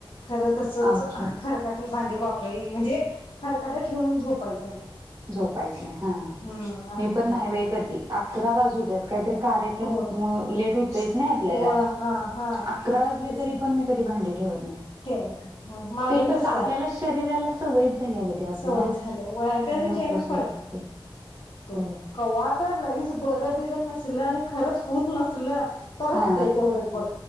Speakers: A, on the left; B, on the right.
A: खरं तसच
B: आमच्यात
A: खरकाटी भांडी वापराय येईन म्हणजे खरकाट ठेवून झोपायचं नाही
B: झोपायचं नाही हां
A: हम्म असं
B: मी पण
A: म्हणतात
B: नाही बाई कधी आकरा वाजू देत काय तरी कार्यक्रम
A: हो
B: मुळं लेट होतयच ना आपल्याला
A: हो हा हा
B: आकरा वाजले
A: तेच
B: तरी पण मी कधी भांडी ठेवत नाही
A: ठेवत नइ हं माझं
B: ते
A: बी
B: कसं
A: तसच
B: आपल्याला
A: आहे
B: शरीराला सवयच झाल्या ग ते आपल्या
A: सवय झाल्या वाट त्यांनी
B: ते नकोच
A: जेनच पाळत
B: वाटते
A: नाही क
B: होय
A: कवा तर लईच बरं बिर नसलं आणि खरंच हूत नसलं तर राहतेय
B: हा
A: तेवढच बघ